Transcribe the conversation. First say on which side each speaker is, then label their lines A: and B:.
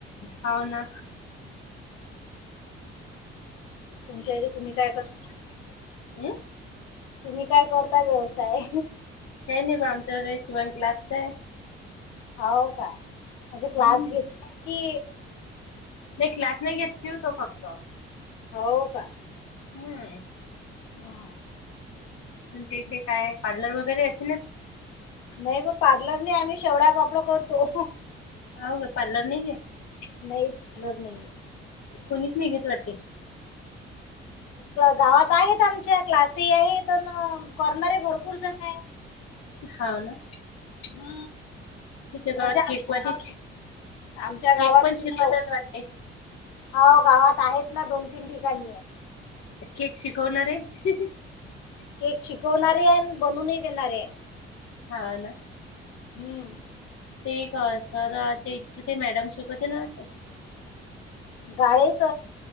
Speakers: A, on the left; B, on the left.
A: होव ना?
B: तुमच्या इथ तुम्ही काय करता?
A: ह
B: तुम्ही काय करता व्यवसाय?
A: हे नाही बा आमचं काही शिवण क्लासच आहे.
B: हो का म्हणजे
A: हम्म
B: क्लास घेतला की
A: नाही क्लास नाही घेतचीू तो फक्त
B: हो का?
A: हम्
B: ह ह
A: तुमच्या इकडे काय पार्लर वगैरे अस
B: नाही मग पार्लर नाही आम्ही शेवडा बापड करतो.
A: राग पलर नाही गे.
B: नाही पलर नाही.
A: कोणीच नाही घेत वाटते.
B: गावात आहेत आमच्या क्लास आहेत कॉर्नर भरपूर जण आहे.
A: हो ना?
B: हम
A: तुझ्या गावात
B: म्हणजे आमच्या
A: केकवाली
B: गाव आमच्या गावात
A: केक पण
B: मी
A: शिकवतात
B: राऊ
A: वाटते
B: हो गावात आहेत ना दोन तीन ठिकाणी आहे.
A: केक शिकवणार आहे हह
B: केक शिकवणारे अन बनूनही देणारे आहे.
A: हा ना?
B: हम्म
A: ते का सराच्या इथे ते मॅडम शिकवते नाते?
B: गाळेस